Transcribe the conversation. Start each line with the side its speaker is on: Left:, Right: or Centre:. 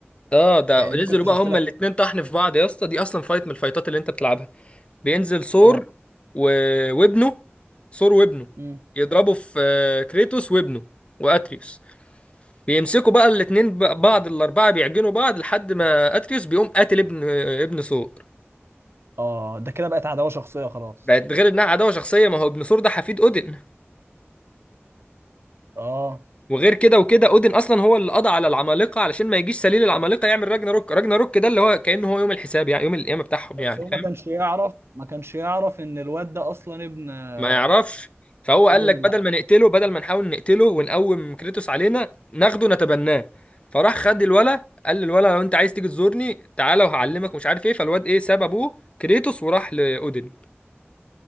Left: اه ده
Right: يعني
Left: نزلوا
Right: دي كنت
Left: بقى
Right: شفت
Left: هما
Right: لها
Left: الاتنين طحن في بعض يا اسطى دي اصلا فايت من الفايتات اللي انت بتلعبها بينزل ثور
Right: اه
Left: و... وابنه ثور وابنه
Right: امم
Left: يضربوا في آه، كريتوس وابنه واتريوس بيمسكوا بقى الاتنين ب- بعض الاربعه بيعجنوا بعض لحد ما اتريوس بيقوم قاتل ابن آه، ابن ثور
Right: اه ده كده بقت عداوه شخصيه خلاص
Left: بقت غير انها عداوه شخصيه ما هو ابن ثور ده حفيد اودن
Right: اه
Left: وغير كده وكده اودن اصلا هو اللي قضى على العمالقه علشان ما يجيش سليل العمالقه يعمل راجنا روك راجنا روك ده اللي هو كانه هو يوم الحساب يعني يوم القيامه بتاعهم
Right: بس
Left: يعني
Right: هو ما كانش يعرف ما كانش يعرف ان الواد ده اصلا ابن آه،
Left: ما يعرفش فهو قال
Right: ابن ال-
Left: لك بدل ما نقتله بدل ما نحاول نقتله ونقوم كريتوس علينا ناخده نتبناه فراح خد الولا قال للولا لو انت عايز تيجي تزورني تعالى وهعلمك مش عارف ايه فالواد ايه ساب ابوه كريتوس وراح لاودن